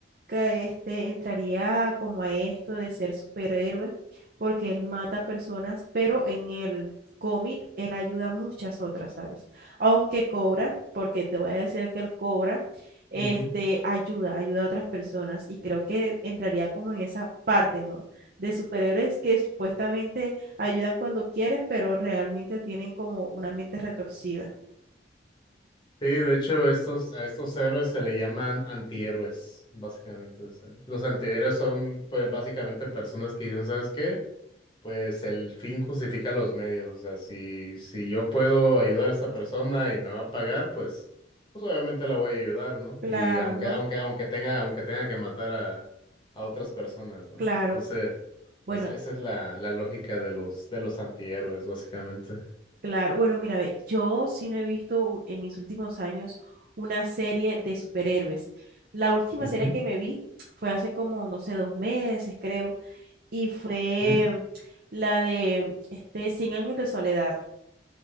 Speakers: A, on the right (about 50°); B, on the left (about 25°).
A: que este entraría como a esto de ser superhéroe porque él mata personas, pero en el cómic él ayuda a muchas otras, ¿sabes? aunque cobra, porque te voy a decir que él cobra, este,
B: ujú.
A: ayuda, ayuda a otras personas y creo que entraría como en esa parte, ¿no? De superhéroes que supuestamente ayudan cuando quieren, pero realmente tienen como una mente retorcida.
B: Sí, de hecho estos, a estos héroes se le llaman antihéroes, básicamente, o sea, los antihéroes son, pues, básicamente personas que dicen, ¿sabes qué? Pues el fin justifica los medios, o sea, si, si yo puedo ayudar a esta persona y me va a pagar, pues, pues obviamente la voy a ayudar, ¿no?
A: Claro,
B: Y aunque, aunque, aunque tenga, aunque tenga que matar a, a otras personas, ¿no?
A: claro.
B: Entonces,
A: Bueno,
B: es- esa es la, la lógica de los, de los antihéroes, básicamente.
A: claro. Bueno, mira, ve, yo sí no he visto u- en mis últimos años una serie de superhéroes. La última
B: Ujú,
A: serie que me vi fue hace como, no sé, dos meses, creo, y fue
B: ujú,
A: la de este, Cien años de soledad.